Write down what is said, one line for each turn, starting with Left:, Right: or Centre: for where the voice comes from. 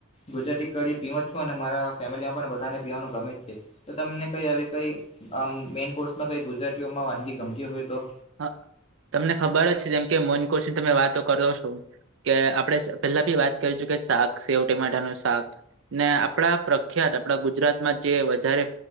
Left: ગુજરાતી કી પીવો છો અને મારા ફેમિલી માં પણ બધાને પીવાનું ગમે જ છે. તો તમને કઈ આવી કઈ આમ મેન કોર્સમાં કઈ ગુજરાતીઓમાં વાનગી ગમતી, હોય તો
Right: હ તમને ખબર જ છે, જેમ કે મોન કોુશની તમે વાતો કરો છો. કે આપડણે પેલા ભી વાત કરીજુ, ક શાક સેવ ટટેમાટા નું શાક ને આપણા પ્રખ્યાત આપણા ગુજરાતમાં જે વધારે